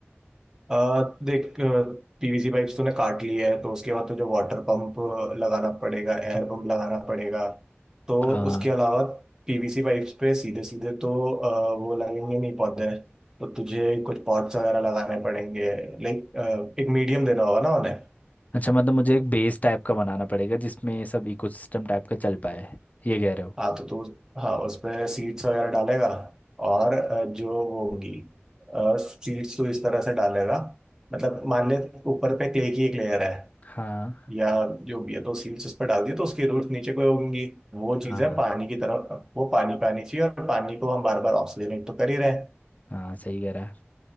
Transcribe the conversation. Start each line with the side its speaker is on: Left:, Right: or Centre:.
Right: आ, देख पीवीसी पाइप्स तूने काट ली है तो उसके बाद तुझे वाटर पंप लगाना पड़ेगा एयर पंप लगाना पड़ेगा तो
Left: हाँ
Right: उसके अलावा पीवीसी पाइप्स पे सीधे सीधे तो अ, वो लगेंगे नहीं पौधे तो तुझे कुछ पॉट्स वगैरह लगाने पड़ेंगे लाइक एक मीडियम देना होगा ना उन्हें
Left: अच्छा मतलब मुझे एक बेस टाइप का बनाना पड़ेगा जिसमें ये सब इकोसिस्टम टाइप का चल पाए ये कह रहे हो
Right: हाँ तो तू हाँ उस पे सीड्स वगैरह डालेगा और अ, जो वो होंगी सीड्स तो इस तरह से डालेगा मतलब मान ले ऊपर पे क्ले की एक लेयर है
Left: हाँ
Right: या जो भी है तो सील्स उस पर डाल दिए तो उसके रूट्स नीचे को होंगी वो चीजें
Left: हाँ हाँ
Right: पानी की तरफ वो पानी पानी चाहिए और पानी को हम बार बार ऑक्सीजनेट तो कर ही रहे हैं
Left: हाँ सही कह रहा है